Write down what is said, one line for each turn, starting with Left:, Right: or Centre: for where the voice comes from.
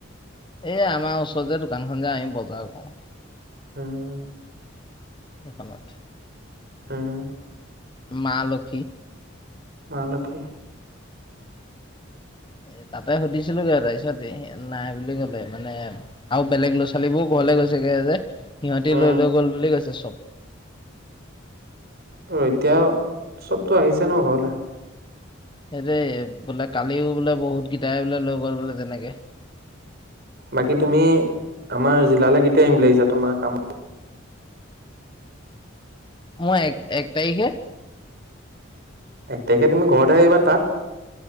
Left: এ আমাৰ ওচৰত ওচৰ যে দোকানখন যে আমি বজাৰ কৰোঁ।
Right: উম।
Left: হেইষণত।
Right: হম।
Left: মা লক্ষী।
Right: মা লক্ষ্মী।
Left: এ তাতে সুধিছিলোগে তাৰপিছতে নাই বুলি ক'লে মানে আৰু বেলেগ ল' ছোৱালীবোৰ ক কলে গৈছেগে যে সিহঁতি
Right: উম
Left: লৈ লৈ গ'ল বুলি কৈছে চব।
Right: অ' এতিয়া চবতো আহিছে ন ঘৰলে।
Left: সেইটোৱে, বোলে কালিও বোলে বহুত কেইটাই বোলে লৈ গল বোলে তেনেকে।
Right: বাকী তুমি আমাৰ জিলালৈ কেতিয়া আহিম বুলি আহিছা তোমাৰ কামত
Left: মই এক-এক তাৰিখে।
Right: এক টাৰিশে তুমি ঘৰতে আহিবা তাত?